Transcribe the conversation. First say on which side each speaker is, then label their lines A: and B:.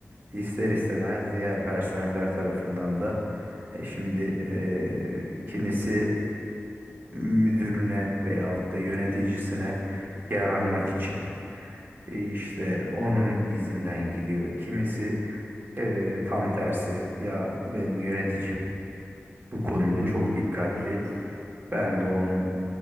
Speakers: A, on the right; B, on the right.
A: İster istemez diğer personeller tarafından da e, şimdi e, kimisi müdürüne veyahut da yöneticisine yaranmak
B: Evet.
A: için e, işte onun izinden gidiyor. Kimisi e, tam tersi ya benim yöneticim bu konuda
B: Hı
A: çok
B: hı.
A: dikkatli.
B: <clears throat>
A: Ben de onun